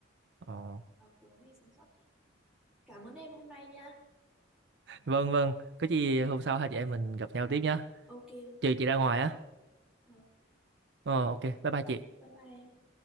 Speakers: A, on the right (about 60°); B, in the centre.
A: ờ.
B: ờ cố gắng để sống sót cảm ơn em hôm nay nha
A: vâng vâng có gì hôm sau hai chị em mình gặp nhau tiếp nhá.
B: ok ok
A: trừ chị ra ngoài á
B: ờ
A: ờ, ok bye bye chị
B: bye bye em